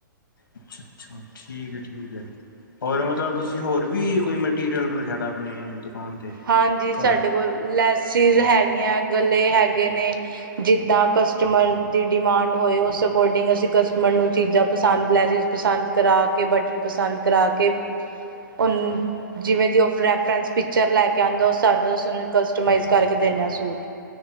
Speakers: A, on the left; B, on the right.
A: ਅੱਛਾ-ਅੱਛਾ, ਠੀਕ ਐ-ਠੀਕ ਐ। ਹੋਰ ਮਤਲਬ ਤੁਸੀਂ ਹੋਰ ਵੀ ਕੋਈ ਮਟੀਰੀਅਲ ਰੱਖਿਆ ਦਾ ਆਪਣੇ ਦੁਕਾਨ ਤੇ।
B: ਹਾਂਜੀ
A: ਘਰ
B: ਸਾਡੇ ਕੋਲ ਲੈਸੀਜ਼ ਹੈਗੀਆਂ, ਗਲੇ ਹੈਗੇ ਨੇ, ਜਿੱਦਾਂ ਕਸ ਕਸਟਮਰ ਦੀ ਡਿਮਾਂਡ ਹੋਏ, ਉਸ ਅਕੋਰਡਿੰਗ ਅਸੀਂ ਕਸਟਮਰ ਨੂੰ ਚੀਜ਼ਾਂ ਪ ਸੰਦ ਲੈਸਸ ਪਸੰਦ ਕਰਾ ਕੇ, ਬਟਨ ਪਸੰਦ ਕਰਾ ਕੇ ਹੁਣ ਜਿਵੇਂ ਦੀ ਓਹ ਰੈਫਰੈਂਸ ਪਿਕਚਰ ਲੈ ਕੇ ਆਂਦਾਂ ਉਸ ਸਾਬ ਨਾਲ ਕਸਟਮਾਈਜ਼ ਕਰਕੇ ਦਿੰਨੇ ਆ ਸੂਟ।